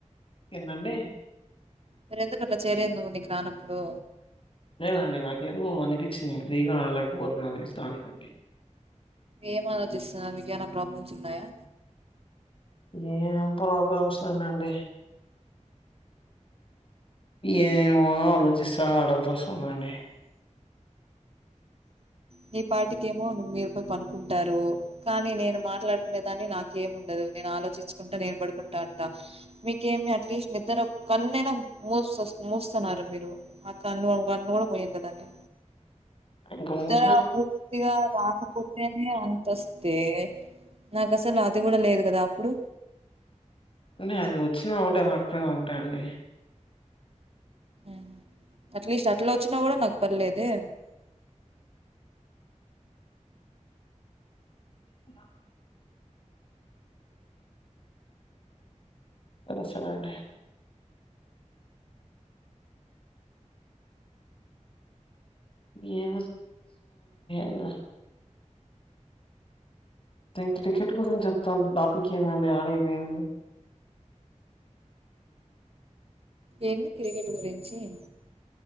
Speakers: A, on the left; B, on the right.
A: ఏందండి?
B: మరెందుకట్ల చేరినవ్ నీక్ రానప్పుడు
A: లేదండి నాకేందో అనిపించింది నేను ఫ్రీగా అడలేకపోతున్నాని ఇస్తానికండి
B: ఏం ఆలోచిస్తున్నావ్ నీకేమైనా ప్రాబ్లమ్స్ ఉన్నాయా
A: ఏం ప్రాబ్లమ్స్ లేనండి ఏమో ఆలోచిస్తా ఆడాల్సి వస్తుదండి
B: నీ పార్టికేమో ను మీరు పోయి పనుకుంటారు.. కానీ నేను మాట్లాడుకునేదాన్ని నాకేం ఉండదు నేను ఆలోచించుకుంటా నేను పడుకుంటా అంట మీకేమి అట్లీస్ట్ నిద్దరు కన్నైన మూస్త మూస్తున్నారు మీరు ఆ కన్ను ఒక కన్ను కూడా మయండదాన్ని
A: ఇంకా ఎం
B: ఇంకా పూర్తిగా రాకపూర్తనే అంతస్తే నాకు అసలు అది కూడా లేదు కదా అప్పుడు
A: ఎమండి అది వచ్చిన ఒకటే రాకపోయిన ఒకటే అండి
B: మ్ అట్లీస్ట్ అట్లా వచ్చినా కూడా నాకు పర్లేదే
A: బ వినిపిస్తంద అండి ఏ <unintelligible> దీనికి టికెట్ గురించి చెప్తాను టాపిక్ ఏందండి ఆడైపోయింది
B: ఎన్ని క్రికెట్ గురించి <inaudible>